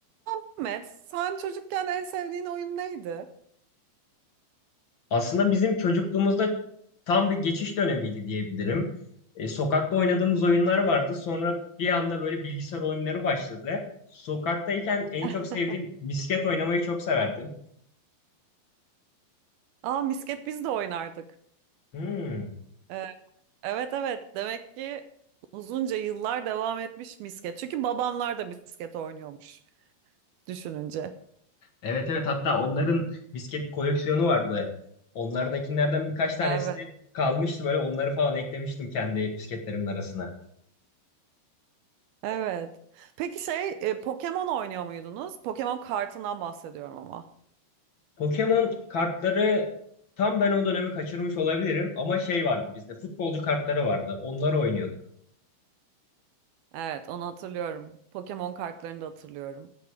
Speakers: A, on the right (about 80°); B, on the left (about 50°).
A: Ahmet, sen çocukken en sevdiğin oyun neydi?
B: Aslında bizim çocukluğumuzda tam bir geçiş dönemiydi diyebilirim. E, sokakta oynadığımız oyunlar vardı. Sonra bir anda böyle bilgisayar oyunları başladı. Sokaktayken en
A: <laughs>
B: çok sevdiğim misket oynamayı çok severdim.
A: Aa, misket biz de oynardık.
B: Hmm.
A: Ee, evet evet demek ki uzunca yıllar devam etmiş misket. Çünkü babamlar da misket oynuyormuş düşününce.
B: Evet evet hatta onların misket koleksiyonu vardı. Onlardakilerden birkaç tanesini
A: Evet.
B: kalmıştı böyle onları falan eklemiştim kendi misketlerimin arasına.
A: Evet. Peki şey e, Pokemon oynuyor muydunuz? Pokemon kartından bahsediyorum ama.
B: Pokemon kartları tam ben o dönemi kaçırmış olabilirim ama şey vardı bizde futbolcu kartları vardı. Onları oynuyorduk.
A: Evet, onu hatırlıyorum. Pokemon kartlarını da hatırlıyorum.